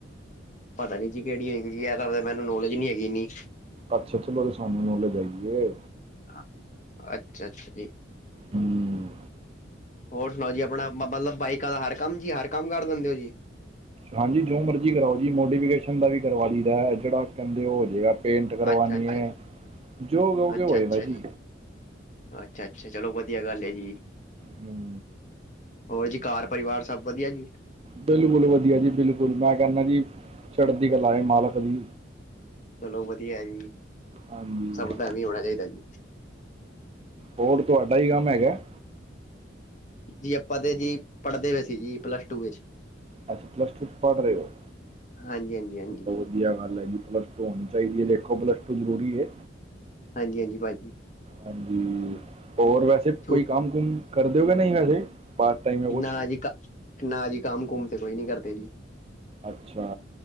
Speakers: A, on the left; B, on the right.
A: ਪਤਾ ਨੀ ਜੀ ਕਿਹੜੀ ਹੋਗੀ ਜ਼ਿਆਦਤਰ ਮੈਨੂੰ ਨੌਲੇਜ ਨੀ ਹੈਗੀ ਇੰਨੀ।
B: ਅੱਛਾ ਅੱਛਾ ਪਰ ਸਾਨੂੰ ਨੌਲੇਜ ਹੈਗੀ ਹੈ।
A: ਹਾਂ ਅੱਛਾ ਅੱਛਾ ਜੀ।
B: ਹੂੰ
A: ਹੋਰ ਸੁਣਾਓ ਜੀ ਆਪਣਾ ਮਤਲਬ ਬਾਈਕਾਂ ਵਾਲਾ ਹਰ ਕੰਮ ਜੀ ਹਰ ਕੰਮ ਕਰ ਦਿੰਦੇ ਹੋ ਜੀ।
B: ਹਾਂਜੀ ਜੋ ਮਰਜ਼ੀ ਕਰਾਓ ਜੀ ਮੋਡੀਫਿਕੇਸ਼ਨ ਦਾ ਵੀ ਕਰਵਾ ਲਈਦਾ ਜਿਹੜਾ ਕਹਿੰਦੇ ਉਹ ਹੋ ਜਾਵੇਗਾ। ਪੇਂਟ ਕਰਵਾਉਣੀ
A: ਅੱਛਾ ਅੱਛਾ
B: ਹੈ।
A: ਜੀ।
B: ਜੋ ਕਹਿਣਗੇ
A: ਅੱਛਾ
B: ਉਹ ਹੋਏਗਾ
A: ਅੱਛਾ
B: ਜੀ।
A: ਅੱਛਾ ਅੱਛਾ ਚਲੋ ਵਧੀਆ ਗੱਲ ਹੈ ਜੀ
B: ਹਮ
A: ਹੋਰ ਜੀ ਘਾਰ ਪਰਿਵਾਰ ਸਭ ਵਧੀਆ ਜੀ
B: ਬਿਲਕੁਲ ਵਧੀਆ ਜੀ ਬਿਲਕੁਲ ਮੈਂ ਕਹਿੰਨਾ ਜੀ ਚੜਦੀ ਕਲਾ ਹੈ ਮਾਲਕ ਦੀ
A: ਚਲੋ ਵਧੀਆ ਹੈ ਜੀ
B: ਹਾਂਜੀ
A: ਸਬਦਾ ਐਵੀ ਹੋਣਾ ਚਾਹੀਦਾ ਜੀ
B: ਹੋਰ ਤੁਹਾਡਾ ਕੀ ਕੰਮ ਹੈਗਾ ਹੈ
A: ਜੀ ਆਪਾਂ ਤੇ ਜੀ ਪੜਦੇ ਪਏ ਸੀ ਜੀ ਪਲੱਸ ਟੂ ਵਿਚ
B: ਅੱਛਾ ਪਲੱਸ ਟੂ 'ਚ ਪੜ੍ਹ ਰਹੇ ਹੋ
A: ਹਾਂਜੀ ਹਾਂਜੀ ਹਾਂਜੀ
B: ਵਧੀਆ ਗੱਲ ਹੈ ਜੀ ਪਲੱਸ ਟੂ ਹੋਣੀ ਚਾਹੀਦੀ ਹੈ ਦੇਖੋ ਪਲੱਸ ਟੂ ਜ਼ਰੂਰੀ ਹੈ
A: ਹਾਂਜੀ ਹਾਂਜੀ ਭਾਜੀ
B: ਹਾਂਜੀ ਹੋਰ ਵੈਸੇ
A: ਛੂਟ
B: ਕੋਈ ਕੰਮ ਕੰਮ ਕਰਦੇ ਹੋ ਕੇ ਨਹੀਂ ਵੈਸੇ ਪਾਰਟ ਟਾਈਮ ਹੈ ਕੁਛ
A: ਨਾ ਜੀ ਕਾ ਨਾ ਜੀ ਕੰਮ ਕੁਮ ਤੇ ਕੋਈ ਨੀ ਕਰਦੇ ਜੀ
B: ਅੱਛਾ